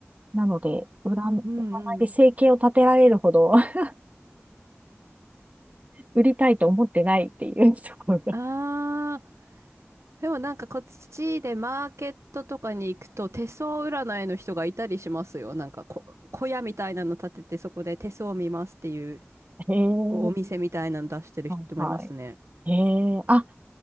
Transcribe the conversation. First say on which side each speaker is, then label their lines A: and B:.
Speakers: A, on the right; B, on the right.
A: なので、占、
B: うんうん。
A: 占いで生計を立てられるほど <laughs> 売りたいと思ってないっていうところが。
B: ああ、でもなんかこっちでマーケットとかに行くと手相占いの人がいたりしますよ。なんかこ、小屋みたいなの建ててそこで手相を見ますっていう
A: へえ、
B: お、お店みたいなの出してる人もいますね。
A: はいはい。へえ、あ、